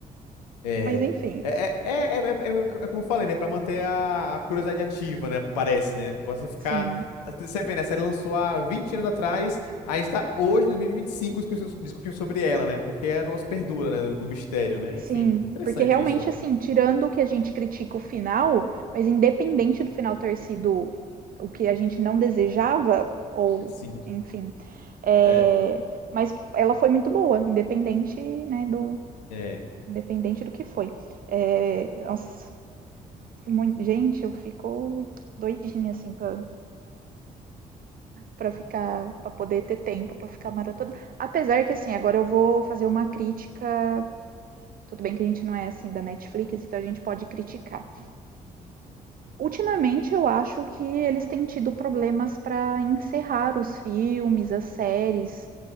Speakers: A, on the left (about 75°); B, on the right (about 45°).
A: É.
B: Mas enfim.
A: É, é, é, é, é- é- é como eu falei, né? Pra manter a, a curiosidade ativa, né? Parece, né? Você ficar.
B: Sim,
A: Você vê, né? A série lançou há 20 anos atrás, a gente tá hoje, em 2025, discutindo, discutindo sobre ela, né? Porque é nosso perdura, né? O mistério, né?
B: sim,
A: Enfim, interessante
B: porque realmente,
A: isso.
B: assim, tirando o que a gente critica o final, mas independente do final ter sido o que a gente não desejava ou
A: Sim.
B: enfim, eh,
A: É,
B: mas ela foi muito boa, independente, né, do
A: é.
B: Independente do que foi. Eh, nossa, mui gente, eu fico doidinha, assim, pra pra ficar pra poder ter tempo pra ficar maratona. Apesar que, assim, agora eu vou fazer uma crítica, tudo bem que a gente não é, assim, da Netflix, então a gente pode criticar. Ultimamente eu acho que eles têm tido problemas para encerrar os filmes, as séries.